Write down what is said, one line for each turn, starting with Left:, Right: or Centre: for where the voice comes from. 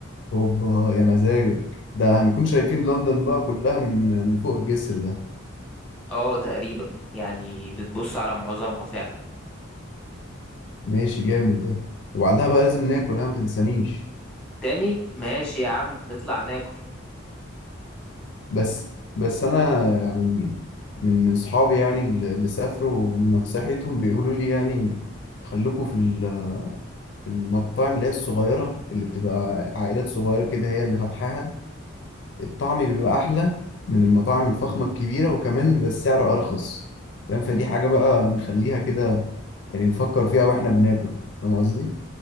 Left: اوبا يا مزاجك ده هنكون شايفين لندن بقى كلها من من فوق الجسر ده
Centre: اه تقريبا يعني بتبص على معظمها فعلا
Left: ماشي جامد ده وبعدها بقى لازم ناكل ها ما تنسانيش
Centre: تاني ماشي يا عم نطلع ناكل
Left: بس بس انا يعني من من صحابي يعني اللي سافروا نصيحتهم بيقولوا لي يعني خلوكوا في ال- في المطاعم اللي هي الصغيرة اللي بتبقى عائلات صغيرة كده هي اللي فاتحاها الطعم بيبقى أحلى من المطاعم الفخمة الكبيرة وكمان بيبقى السعر أرخص فاهم فدي حاجة بقى نخليها كده يعني نفكر فيها واحنا بناكل فاهم قصدي؟